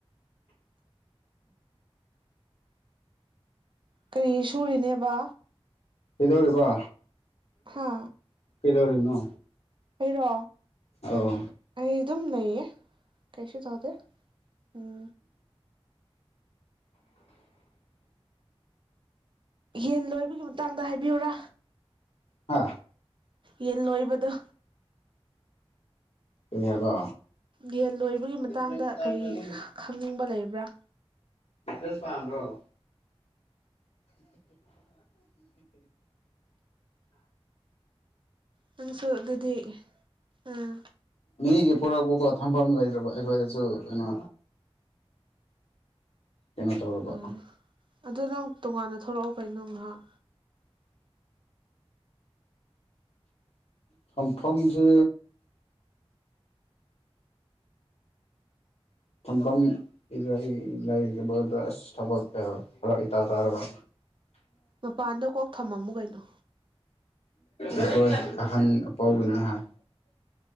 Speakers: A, on the right; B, on the left.
A: ꯀꯔꯤ ꯁꯨꯔꯤꯅꯦꯕ
B: ꯀꯩꯗꯧꯔꯤꯕ
A: ꯍꯥ
B: ꯀꯩꯗꯧꯔꯤꯕꯅꯣ
A: ꯑꯩꯔꯣ
B: ꯑꯧ
A: ꯑꯩ ꯑꯗꯨꯝ ꯂꯩꯌꯦꯦ ꯀꯩꯁꯨꯁꯨ ꯇꯥꯗꯦ ꯎꯝ ꯍꯟ ꯂꯣꯏꯕꯒꯤ ꯃꯇꯥꯡꯗ ꯍꯥꯏꯕꯤꯌꯨꯨꯔꯥ
B: ꯍꯥ
A: ꯌꯦꯟ ꯂꯣꯏꯕꯗ
B: ꯀ ꯍꯥꯏꯕ
A: ꯌꯦꯟ ꯂꯣꯏꯕꯒꯤ ꯃꯇꯥꯡꯗ
B: ꯀꯩꯅꯣ
A: ꯀꯔꯤ ꯈꯪꯅꯤꯡꯕ ꯂꯩꯕ꯭ꯔꯥ
B: ꯁꯄꯥꯝꯕ꯭ꯔꯣ <inaudible>
A: ꯅꯪꯁꯨ ꯑꯗꯨꯗꯤ ꯑꯥ
B: ꯃꯤꯒꯤ ꯄꯣꯔꯛꯄꯀꯣ ꯊꯝꯐꯝ ꯂꯩꯇ꯭ꯔꯕ ꯑꯩꯈꯣꯏꯗꯁꯨ ꯀꯩꯅꯣ ꯀꯩꯅꯣ ꯇꯧꯨꯔꯕ
A: ꯎꯝ ꯑꯗꯨ ꯅꯪ ꯇꯣꯉꯥꯟꯅ ꯊꯣꯛꯂꯛꯑꯣ ꯀꯩꯅꯣ ꯉꯥꯏꯍꯥꯛ
B: ꯐꯝꯐꯝꯐꯝꯁꯦ ꯊꯝꯐꯝ ꯏ ꯂꯩꯗ ꯑꯁ ꯊꯕꯛꯅꯦꯕ ꯐꯔꯛ ꯏꯇꯥ ꯇꯥꯔꯕ
A: ꯃꯄꯥꯟꯗ ꯀꯣꯛ ꯊꯝꯃꯝꯃꯨ ꯀꯩꯅꯣ
B: ꯑꯩꯈꯣꯏ ꯑꯍꯟ ꯑꯄꯥꯎꯒꯅꯤ ꯍꯥꯏ